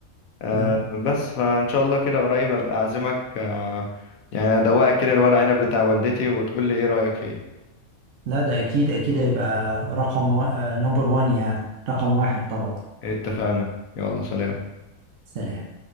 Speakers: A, on the left; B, on the right.
A: آه
B: نعم.
A: بس فإن شاء الله كده قريب أبقى أعزمك آه يعني أدوقك كده الورق عنب بتاع والدتي وتقول لي إيه رأيك فيه
B: لا ده اكيد اكيد هيبقى رقم و... نمبر وان يعني رقم واحد طبعا
A: اتفقنا يلا سلام
B: سلام